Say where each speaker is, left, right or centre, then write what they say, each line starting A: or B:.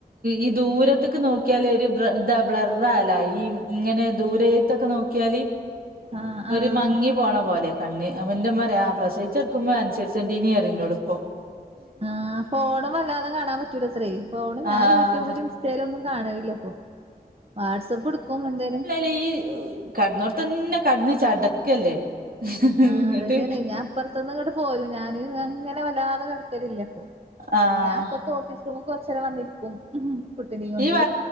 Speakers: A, on the right (about 65°); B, on the right (about 40°).
A: ഈ ദൂരത്തൊക്കെ നോക്കിയാല് ഒരു ബ്ല ർ താ ബ്ലർ ആവല ഈ ഇങ്ങനെ ദൂരത്തൊക്കെ നോക്കിയാല്
B: ആഹ് ആഹ്
A: ഒരു മങ്ങി പോണ പോലെ കണ്ണ് അപ്പോ ന്റെമ്മ പറയും ആഹ് പ്രസവിച്ചെടുക്കുമ്പോ അൻസരിച്ചൻഡീന്ന് പറയും എന്നോട് പ്പൊ
B: ആഹ് ഫോണും വല്ലാതെ കാണാൻ പറ്റൂലത്രേ ഫോണ് ഞാൻ
A: ആ
B: യൂട്യൂബിൽ
A: അത്
B: ഇൻസ്റ്റയിൽ ഒന്നും കാണലില്ലപ്പൊ വാട്സആപ്പ് എടുക്കും എന്തേലും
A: ലീ കടന്നോട്ത്തന്നെ കടന്ന് ചടക്കല്ലേ
B: ആഹ്
A: ഇങ്ങട്ട്
B: അതന്നെണ് ഞാൻപ്പറത്തുന്ന് ഇങ്ങട് പോലും ഞാന് അങ്ങനെ വല്ലാതെ കിടക്കലില്ലപ്പോ
A: ആഹ്
B: ഞാൻ ഇപ്പത്തെ ഓഫീസ് റൂം കൊറച്ചനേരം വന്നിരിക്കും കുട്ടിനേം കൊണ്ട്
A: ഈ വ